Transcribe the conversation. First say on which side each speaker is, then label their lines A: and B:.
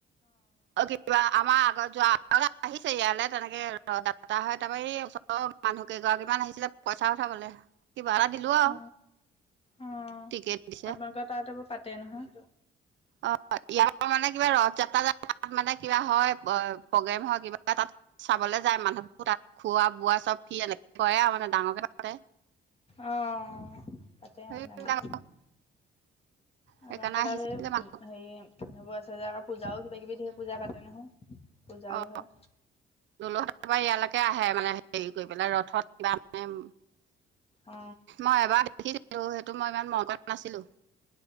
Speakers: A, on the right; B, on the left.
A: অ', কিবা আমাৰ আ যোৱা আহিছে। ইয়ালৈ তেনেকে দাদা হয়, তাৰ এই ওচৰৰ মানুহ কেইগৰাকীমান আহিছিলে, পইচা খাবলে কিবা এটা দিলো আও
B: অ অ
A: টিকেট দিছে।
B: আপোনালোকৰ তাত এইবোৰ পাতে নহয়।
A: অ' ইয়াত মানে কিবা ৰথ যাত্ৰা তাত মানে কিবা হয়, প্ৰগ্ৰেম হয় কিবা তাত চাবলৈ যায় মানুহে তাত খোৱা বোৱা চব ফ্ৰী। এনেকে খুৱায় মানে ডাঙৰকে পাতে।
B: আহ পাতে
A: সেইবিলাক
B: অ' ডাঙকৈ। আপোনালোকে
A: সেইকাৰণে আহিছিলে
B: তাত সেই
A: মানুহ
B: উ হেৰি মানুব আছে যে, পূজাও কিবা কিবি ধে পূজা পাতে নহয়। পূজাও
A: অ
B: হয়
A: দুলহাটৰ পৰা ইয়ালৈকে আহে মানে হেৰি কৰি পেলাই ৰথত কিবা মেম
B: অ
A: মই এবাৰ দেখিছিলো সেইটো মই ইমান মন কৰা নাছিলো।